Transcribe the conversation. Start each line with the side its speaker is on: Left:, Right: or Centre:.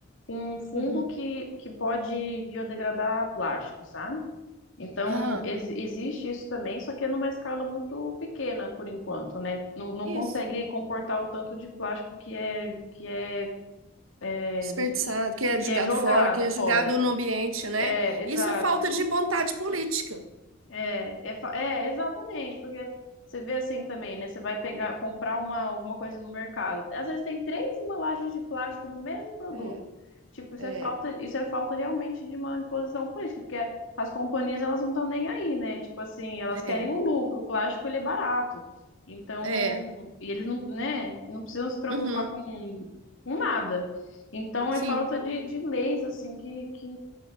Left: com um fungo
Right: Uhum.
Left: que, que pode biodegradar plástico, sabe? Então,
Right: Ah,
Left: ex- existe isso também, só que é numa escala muito pequena por enquanto, né? Não, não consegue
Right: Isso.
Left: comportar o tanto de plástico que é, que é, é,
Right: desperdiçado,
Left: dis-
Right: que é
Left: que
Right: jogado
Left: é jogado
Right: fora, que é jogado
Left: fora.
Right: no ambiente, né?
Left: É, exato.
Right: Isso é falta de vontade política.
Left: É, é, fa- é, exatamente, porque você vê assim também, né? Você vai pegar, comprar uma, alguma coisa no mercado. Às vezes tem três embalagens de plástico no mesmo produto.
Right: É,
Left: Tipo, isso
Right: é.
Left: é falta, isso é falta realmente de uma imposição política, porque as companhias elas não estão nem aí, né? Tipo assim, elas
Right: É,
Left: querem o lucro, o plástico ele é barato. Então,
Right: é.
Left: e eles não, né, não precisam se preocupar
Right: Uhum.
Left: com, com nada. Então,
Right: Sim.
Left: é falta de, de leis, assim, que, que,